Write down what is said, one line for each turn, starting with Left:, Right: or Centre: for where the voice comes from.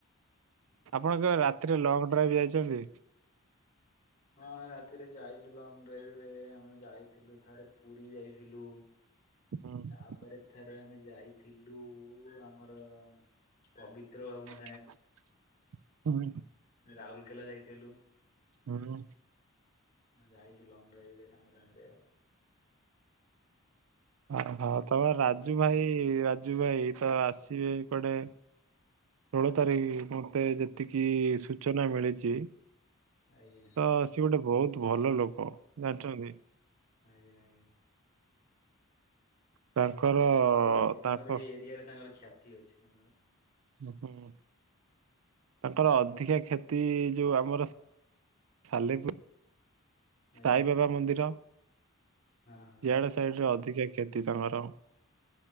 Left: ହୁଁ।
Right: ଆପଣଙ୍କ ରାତିରେ ଲକ୍ ଡ୍ରାଇଭ ଯାଇଚନ୍ତି?
Left: ହଁ ରାତିରେ ଯାଇଚୁ ଲଙ୍ଗ ଡ୍ରାଇଭ ରେ ଆମେ ଯାଇଥିଲୁ ଥରେ ପୁରୀ ଯାଇଥିଲୁ।
Right: ହୁଁ
Left: ତାପରେ ଥରେ ଆମେ ଯାଇ ଥିଲୁ ଆମର ପବିତ୍ର ବାବୁଙ୍କ
Right: <unintelligible>
Left: ରାଉଲକେଲା ଯାଇଥିଲୁ।
Right: ହୁଁ।
Left: ଯାଇଚୁ ଲଙ୍ଗ ଡ୍ରାଇଭ ରେ ସାଙ୍ଗ ସାଙ୍ଗେରେ ଆଉ।
Right: ଅହ ତମ ରାଜୁ ଭାଇ ରାଜୁ ଭାଇ ତ ଆସିବେ କୁଆଡେ? ଷୋଳ ତାରିକ ମତେ ଯେତିକି ସୂଚନା ମିଳିଚି।
Left: ଆଜ୍ଞା
Right: ତ ସିଏ ଗୋଟେ ବହୁତ ଭଲ ଲୋକ ଜାଣିଚନ୍ତି?
Left: ଆଜ୍ଞା ଆଜ୍ଞା
Right: ତାଙ୍କର
Left: କ୍ଷ୍ୟାତି ଅଛି ତାଙ୍କର
Right: ତାଙ୍କ
Left: ଏଇ ଏରିଆ ରେ ତାଙ୍କର କ୍ଷ୍ୟାତି ଅଛି ତାଙ୍କର।
Right: ଦେଖନ୍ତୁ ତାଙ୍କର ଅଧିକା କ୍ଷତି ଯୋଉ ଆମର। ସାଲେପୁର। ସାଇ
Left: ଆଜ୍ଞା ଆଜ୍ଞା
Right: ବାବା ମନ୍ଦିର
Left: ହଁ ହଁ
Right: ଇଆଡେ ସାଇଡ ରେ ଅଧିକା କ୍ଷତି ତାଙ୍କର।